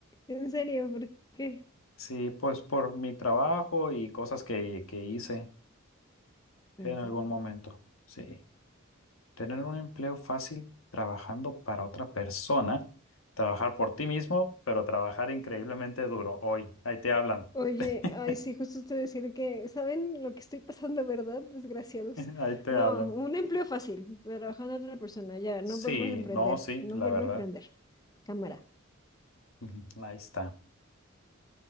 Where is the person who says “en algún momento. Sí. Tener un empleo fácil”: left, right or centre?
Left